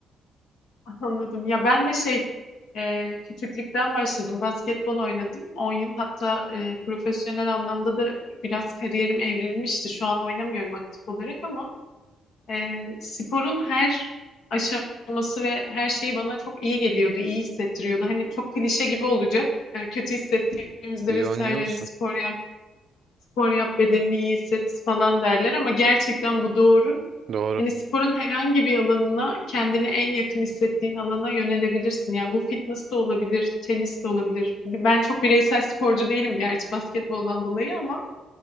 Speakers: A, on the left; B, on the right.
A: <laughs> anladım. Ya ben de şey e, küçüklükten başladım. Basketbol oynadım 10 yıl. Hatta e, profesyonel anlamda da biraz kariyerim evrilmişti. Şu an oynamıyorum aktif olarak ama e, sporun her aşaması ve her şeyi bana çok iyi geliyordu, iyi hissettiriyordu. Hani çok klişe gibi olacak. E, kötü hissettiğimizde
B: <laughs> Yo
A: vesaire
B: niye olsun?
A: hani spor yap, spor yap bedenini iyi hisset falan derler ama gerçekten bu doğru.
B: Doğru.
A: Hani sporun herhangi bir alanına kendini en yakın hissettiğin alana yönelebilirsin. Yani bu fitness de olabilir, tenis de olabilir. Ben çok bireysel sporcu değilim gerçi basketboldan dolayı ama